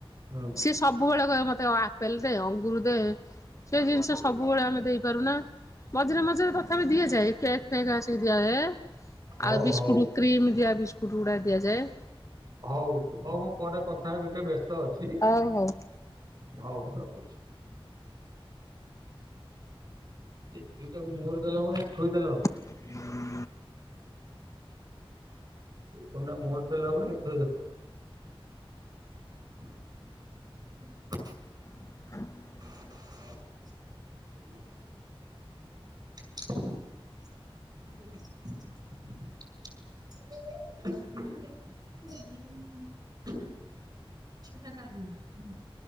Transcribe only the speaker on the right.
ହୁଁ।
ହଉ
ହଉ
ହଉ ହଉ ମୁଁ ପରେ କଥା ହେବି ଟିକେ ବ୍ୟସ୍ତ ଅଛି।
ହଉ ରଖୁଛି। ଏଇଟା କୁ ମୁହଁରେ ଦେଲେ ହବନା ଏଇଠି ଥୋଇ ଦେଲେ ହବ।
ଏକଣ୍ଡା ମୋର ଦେଲେ ହବ ନା <inaudible> <inaudible>
<inaudible> <inaudible> <inaudible> <inaudible>